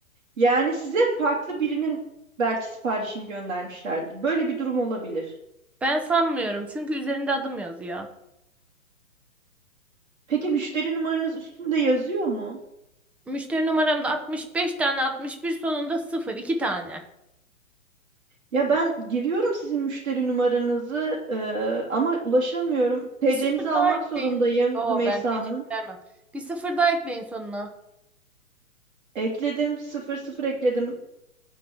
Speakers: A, on the right; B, in the centre.
A: Yani size farklı birinin belki siparişini göndermişlerdir. Böyle bir durum olabilir.
B: Ben sanmıyorum. Çünkü üzerinde adım yazıyor.
A: Peki müşteri numaranız üstünde yazıyor mu?
B: Müşteri numaram da 65 tane 61 sonunda 0 2 tane.
A: Ya ben giriyorum sizin müşteri numaranızı e, ama ulaşamıyorum. TC'nizi
B: Bir sıfır
A: almak
B: daha ekleyin.
A: zorundayım
B: Yo
A: Rümeysa
B: ben TC
A: Hanım.
B: vermem. Bir sıfır daha ekleyin sonuna.
A: Ekledim. Sıfır sıfır ekledim.